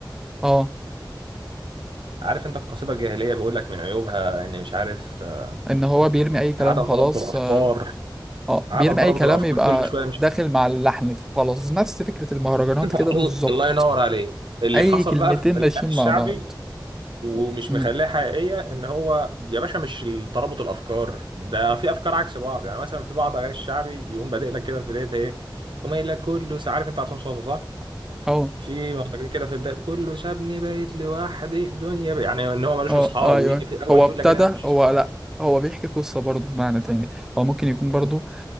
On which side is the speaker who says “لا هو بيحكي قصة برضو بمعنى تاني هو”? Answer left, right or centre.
Centre